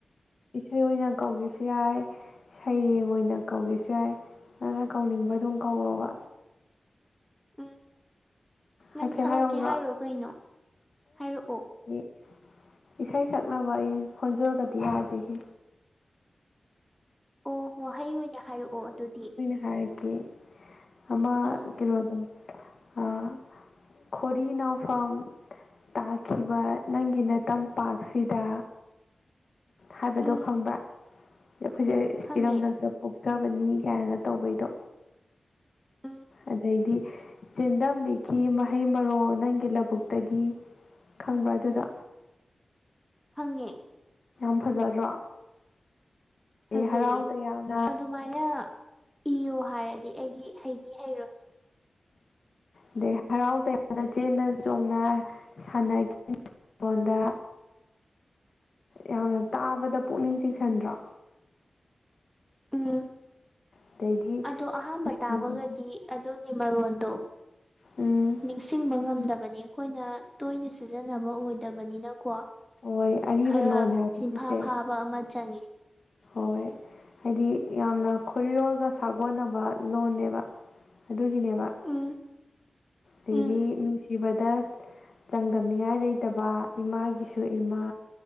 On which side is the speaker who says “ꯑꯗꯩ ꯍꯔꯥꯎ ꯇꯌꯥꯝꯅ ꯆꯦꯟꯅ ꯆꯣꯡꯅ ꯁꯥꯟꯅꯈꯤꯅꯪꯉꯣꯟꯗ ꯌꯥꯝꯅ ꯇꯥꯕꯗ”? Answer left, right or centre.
Left